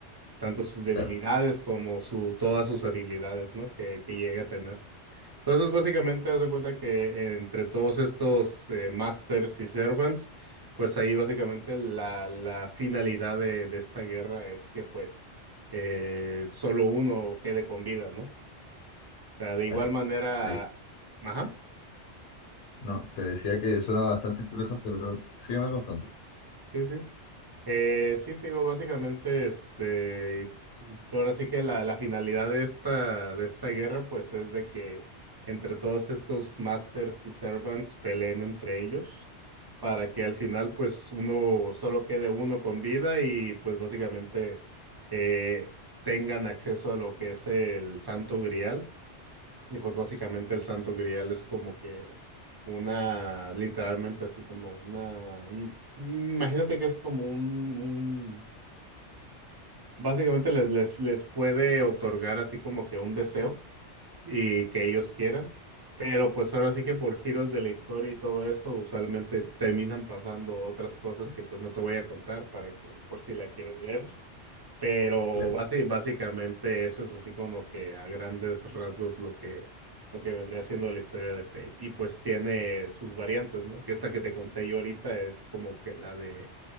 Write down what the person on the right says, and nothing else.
Tanto sus debilidades
como su, todas sus habilidades, ¿no? Que, que llegue a tener. Entonces, básicamente, haz de cuenta que entre todos estos eh, masters y servants, pues ahí básicamente la, la finalidad de, de esta guerra es que pues eh, solo uno quede con vida, ¿no? O sea, de
igual manera,
ajá,
sí, sí. Eh, sí, te digo, básicamente, este, ahora sí que la, la finalidad de esta, de esta guerra, pues, es de que entre todos estos masters y servants peleen entre ellos, para que al final, pues, uno, solo quede uno con vida y, pues, básicamente, eh, tengan acceso a lo que es el Santo Grial y pues básicamente el Santo Grial es como que una, literalmente así como una, un- imagínate que es como un, un- básicamente les, les, les puede otorgar así como que un deseo y que ellos quieran, pero pues ahora sí que por giros de la historia y todo eso, usualmente terminan pasando otras cosas que pues no te voy a contar para que por si la quieres ver. Pero
basi- básicamente eso es así como que a grandes rasgos lo que, lo que vendría siendo la historia de Fate. Y pues tiene sus variantes, ¿no? Que esta que te conté yo ahorita es como que la de